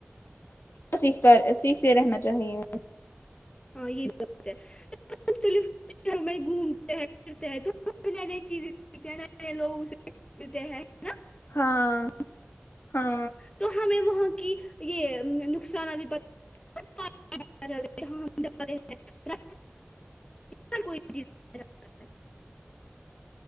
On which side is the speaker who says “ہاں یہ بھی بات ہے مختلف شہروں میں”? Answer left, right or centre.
Left